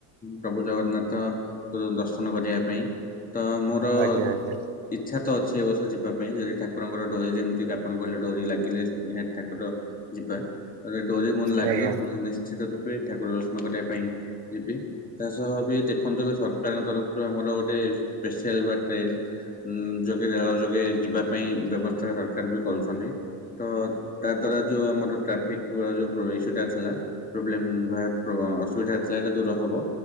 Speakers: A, on the left; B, on the right.
A: ପ୍ରଭୁ ଜଗନ୍ନାଥ୍ ଙ୍କ ଦର୍ଶନ କରିବା ପାଇଁ ତ ମୋର
B: ଆଜ୍ଞା ଆଜ୍ଞା
A: ଇଚ୍ଛା ତ ଅଛି। ଏ ବର୍ଷ ଯିବା ପାଇଁ ଯଦି ଠାକୁରଙ୍କର ଡୋରି ଯେମିତି ଆପଣ କହିଲେ ଡୋରି ଲାଗିଲେ ନିହାତି ଠାକୁର ଯିବା। <unintelligible> ଡୋରି ମୋର ଲାଗିବ
B: ଆଜ୍ଞା
A: ମୁଁ ନିଶ୍ଚିତ ରୂପେ ଠାକୁର ଦର୍ଶନ କରିବା ପାଇଁ ଯିବି ତା ସହ ବି ଦେଖ୍ ଦେଖନ୍ତୁ ସରକାରଙ୍କ ତରଫରୁ ଆମର ଗୋଟେ ସ୍ପେଶିୟାଲ୍ ବା ଟ୍ରେନ୍ ଯୋଗେ ରେଳ ଯୋଗେ ଯିବା ପାଇଁ ବ୍ୟବସ୍ଥା ସରକାର ବି କରୁଛନ୍ତି‌। ତ ତା ଦ୍ଵାରା ଯୋଉ ଆମର ଟ୍ରାଫିକ୍ ଯୋଗାଯୋଗ ଇସ୍ୟୁଟା ଥିଲା ପ୍ରୋବ୍ଲେମ୍ ବା ପ୍ରୋ ହଁ ଅସୁବିଧା ଥିଲା ଏଇଟା ଦୂର ହବ,